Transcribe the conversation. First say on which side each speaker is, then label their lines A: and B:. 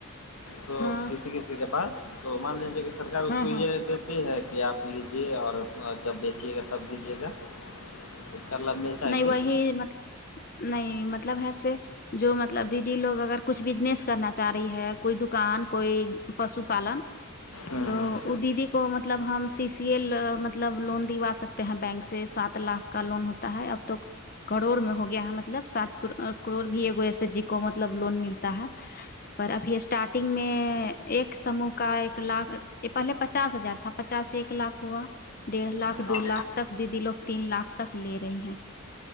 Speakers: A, on the left; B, on the left.
A: تو
B: ہاں
A: کسی کسی کے پاس تو مان لیجیے کہ سرار اس
B: ہاں
A: کو یہ
B: ہاں
A: ہے کہ آپ لیجیے اور جب بیچیے گا تب دیجیے گا اس کا لب ملتا ہے
B: نہیں
A: کہ
B: وہی م نہیں مطلب ایسے جو مطلب دیدی لوگ اگر کچھ بزنس کرنا چاہ رہی ہے کوئی دکان کوئی پشو پالن
A: ہوں
B: تو
A: ہوں
B: وہ دیدی کو مت مطلب ہم سی سی اے مطلب لون دوا سکتے ہیں بینک سے سات لاکھ کا لون ہوتا تا ہے اب توک کروڑ میں ہو گیا ہے مطلب سات کروڑ بھی ایک ایس ایس جی کو مطلب لون ملتا ہے پر ابھی اسٹارٹنگ میں ایک سوہ کا ایک لاکھ یہ پہلے پچاس ہزار تھا پچاس ایک لاکھ ہوا ڈیڑھ لاکھ
A: ہاں
B: دو لاکھ تک دیدی لوگ تین لاکھ تک لے رہی ہیں